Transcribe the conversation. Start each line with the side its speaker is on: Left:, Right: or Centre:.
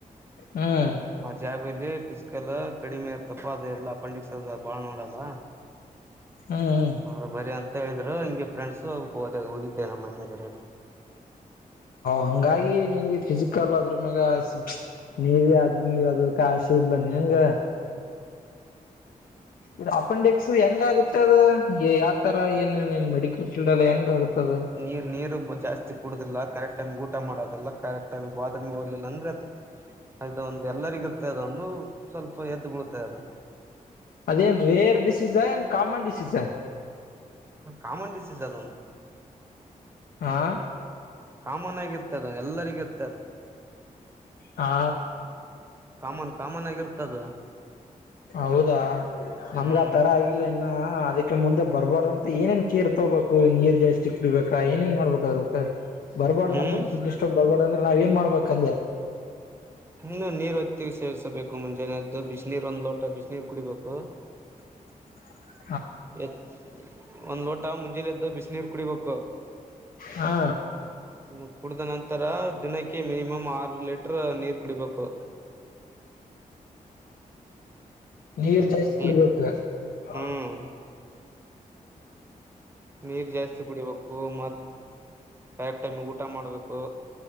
Left: ಹ್ಮ್
Right: ಆ ಜಾಬಲ್ಲಿ ಮಿಸಲ್ ಕಡಿಮೆ ಇರ್ತಪ್ಪ ಅದೆ ಎಲ್ಲಾ ಪಂಡಿತ್ ಸರ್ ಬಾಳ್ ನೋಡಲ್ಲ
Left: ಹ್ಮ್ ಹ್ಮ್
Right: ಹ ಬರಿ ಅಂತ ಹೇಳಿದ್ರು ಹಿಂಗೆ ಫ್ರೆಂಡ್ಸ ಹದ ಹೋಗಿದ್ದೆ ನಮ್ಮ ಮೆ ಬರ
Left: ಹಂಗಾಗಿ ನಿನ್ಗೆ ಫಿಸಿಕಲ್ ಅದ್ರ ಮ್ಯಾಗ ಸಿಕ್ತ ನೀವಿ
Right: ಹ್ಮ್
Left: ಆದ್ಮ ಯ್ದ ಕಶಿ ಇರ್ಲ ಹೆಂಗ ಇ ಅಪೆಂಡಿಕ್ಸ್ ಹೆಂಗ ಆಗುತ್ತೆ ಅದು ಯಾವ ತರ ಏನುನ್ ಮೆಡಿಕಲ್ ಫೀಲ್ಡ್ ಅಲ್ಲ ಹೆಂಗ ಆಗುತ್ತೆ ಅದು
Right: ನೀರ್ ನೀರುಬ್ಬು ಜಾಸ್ತಿ ಕುಡದಿಲ್ಲ ಕರೆಕ್ಟ್ ಟೈಮ್ ಊಟ ಮಾಡೋದಿಲ್ಲ ಕರೆಕ್ ಟೈಮ್ ಬಾತ್ರೂಮಗೆ ಹೋಗಲಿಲ್ಲ ಅಂದ್ರ ಅದು ಅದು ಒಂದು ಎಲ್ಲರಿಗಿ ಇರ್ತ ಅದೊಂದು ಸ್ವಲ್ಪ ಎದ್ದು ಬಳ್ತೆ ಅದು
Left: ಅದೇನ್ ರೇರ್ ಡಿಸೀಸ್ ಏನ್ ಕಾಮನ್ ಡಿಸೀಸ್
Right: ಕಾಮನ್ ಡಿಸೀಜ ಅ ನ
Left: ಹಾ
Right: ಕಾಮನ್ ಆಗಿರ್ತದ ಎಲ್ಲರಿಗಿರ್ತದೆ
Left: ಹಾ
Right: ಕಾಮನ್ ಕಾಮನ್ ಆಗಿರ್ತದ
Left: ಹೌದಾ ನಮಗ
Right: ಹ್ಮ್
Left: ಆ ತರ ಆಗಿಲ್ಲ ಇನ್ನ ಅದಕ್ಕೆ ಮುಂದೆ ಬರ್ಬಾರ್ದಂತ ಮತ್ತ ಏನೇನ್ ಕೀರ್ ತಗೋಬೇಕು ನೀರ್ ಜಾಸ್ತಿ ಕುಳಬೇಕಾ ಏನೇನ್ ಮಾಡ್ಬೇಕ್ಪ ಬರ್ಬಾರ್ದ
Right: ಹ್ಮ್
Left: ನಮನ್ ಕಿಡ್ನ ಇ ಸೊಡ್ ಬರ್ಬಾರ್ದ ಅಂದ್ರೆ ನಾವ್ ಏನ್ ಮಾಡ್ಬೇಕಂದೆ
Right: ಹ್ಮ್ ನೀರ್ ಹೊತ್ತಿಗೆ ಸೇವಿಸಬೇಕು ಮುಂಜಾನದ್ದು ಬಿಸಿನೀರ್ ಒಂದ್ ಲೋಟ ಬಿಸಿನೀರ್ ಕುಡಿಬೇಕು
Left: <inaudible>
Right: ಎ ಒಂದ್ ಲೋಟ ಮುಂಜೆಲಿ ಎದ್ದು ಬಿಸಿನೀರು ಕುಡಿಬೇಕು
Left: ಹಾ
Right: ಹ ಕುಡ್ದ ನಂತರ ದಿನಕ್ಕೆ ಮಿನಿಮಮ್ ಆರು ಲಟ್ರ ನೀರ್ ಕುಡಿಬೇಕು
Left: ನೀರ್ ಜಾಯ
Right: ಡೈಲಿ
Left: ಕುಡ್ಬೇಕ ಹ
Right: ಹ್ಮ್ ನೀರ್ ಜಾಸ್ತಿ ಕುಡಿಬೇಕು ಮ ರೆಕ್ ಟೈಮಿಗೆ ಊಟ ಮಾಡ್ಬೇಕು